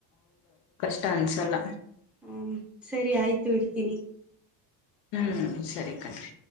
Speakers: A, on the left; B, in the centre.
A: ಡ್ಯಾನ್ಸ್ ಎಲ್ಲ
B: ಹ್ಮ ಸರಿ ಆಯ್ತು ಇಡ್ತೀನಿ
A: ಹ್ಮ್ ಸರಿ ಕಣ್ರಿ